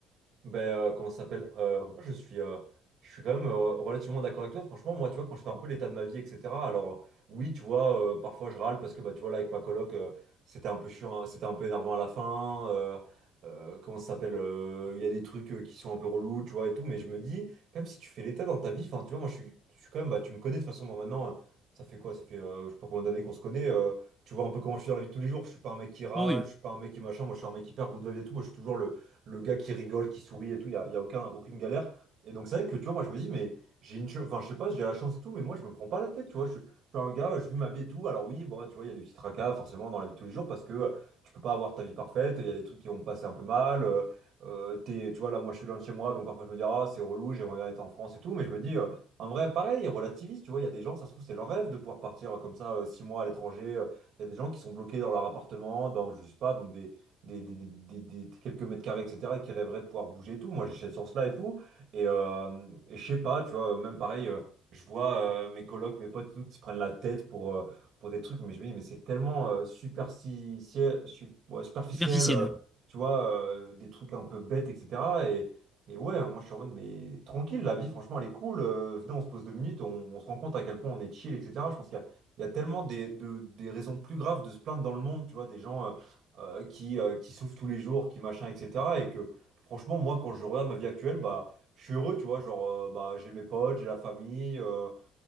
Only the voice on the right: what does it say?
ben, euh, comment ça s'appelle? Euh, moi, je suis, euh, je suis quand même euh, relativement d'accord avec toi. Franchement, moi, tu vois, quand je fais un peu l'état de ma vie, etc. Alors, oui, tu vois, euh, parfois je râle parce que, bah, tu vois, là, avec ma coloc, euh, c'était un peu chiant, hein, c'était un peu énervant à la fin. euh, euh, comment ça s'appelle? euh, Il y a des trucs euh, qui sont un peu relous, tu vois, et tout. Mais je me dis, même si tu fais l'état dans ta vie, enfin, tu vois, moi, je suis, je suis quand même, bah, tu me connais de toute façon, moi, maintenant, euh, ça fait quoi? Ça fait, euh, je sais pas combien d'années qu'on se connaît. euh, tu vois un peu comment je suis dans la vie de tous les jours. Je suis pas un mec qui râle,
je suis pas un mec qui machin. Moi, je suis un mec hyper good vibe et tout. Moi, je suis toujours le le gars qui rigole, qui sourit et tout, il n'y a, y a aucun, aucune galère. Et donc c'est vrai que tu vois, moi je me dis, mais j'ai une chance, enfin je sais pas, j'ai la chance et tout, mais moi je me prends pas la tête, tu vois. Je, suis je suis un gars, je vis ma vie et tout. Alors oui, bon, bah, tu vois, il y a des petits tracas forcément dans la vie de tous les jours parce que euh, tu peux pas avoir ta vie parfaite, il y a des trucs qui vont passer un peu mal. euh, euh, t'es- tu vois, là, moi je suis loin de chez moi, donc parfois je me dis, ah, c'est relou, j'aimerais bien être en France et tout, mais je me dis, euh, en vrai, pareil, relativiste, tu vois, il y a des gens, ça se trouve, c'est leur rêve de pouvoir partir euh, comme ça, euh, six mois à l'étranger. euh, il y a des gens qui sont bloqués dans leur appartement, dans, je sais pas, dans des, des, des- des- des- des- quelques mètres carrés, etc., et qui rêveraient de pouvoir bouger et tout. Moi, j'ai cette chance-là et tout. Et, euh, et je sais pas, tu vois, même pareil, euh, je vois euh, mes colocs, mes potes et tout, qui se prennent la tête pour, euh, pour des trucs, mais je me dis, mais c'est tellement euh, superficiel, su- ouais, superficiel,
euh, tu vois, euh, des trucs un peu bêtes, etc. Et, et ouais, moi je suis en mode, mais tranquille, la vie, franchement, elle est cool. euh, venez, on se pose deux minutes, on, on se rend compte à quel point on est chill, etc. Je pense qu'il y a, il y a tellement des, de- des raisons plus graves de se plaindre dans le monde, tu vois, des gens euh, qui, euh, qui souffrent tous les jours, qui machin, etc. Et que franchement, moi, quand je regarde ma vie actuelle, bah, je suis heureux, tu vois. Genre, euh, bah, j'ai mes potes, j'ai la famille, euh,